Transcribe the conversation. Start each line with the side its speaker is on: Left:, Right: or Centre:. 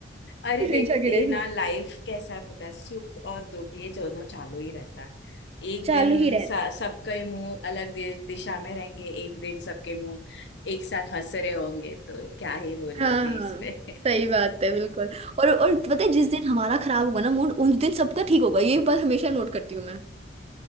Left: अरे
Right: फिर
Left: देखो
Right: झगड़े
Left: ये ना
Right: हाँ
Left: लाइफ कैसा पता है, सुख और दुख ये दोनों चालू ही रहता है एक
Right: चालू
Left: दिन
Right: ही रहते
Left: स- सबके मुंह अलग दि- दिशा में रहेंगे एक दिन सबके मुंह एक साथ हंस रहे होंगे तो क्या ही बोलो
Right: हाँ
Left: अभी इस
Right: हाँ
Left: पे
Right: सही बात है बिल्कुल और और पता है जिस दिन हमारा खराब होगा ना मूड उस दिन सबका
Left: <laughs>
Right: ठीक होगा ये बात हमेशा नोट करती हूँ मैं